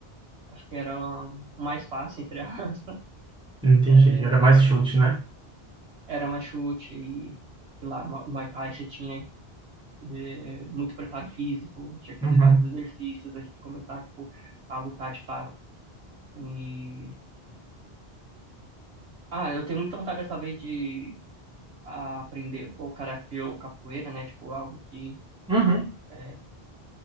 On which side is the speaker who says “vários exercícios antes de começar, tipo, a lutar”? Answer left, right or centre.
Right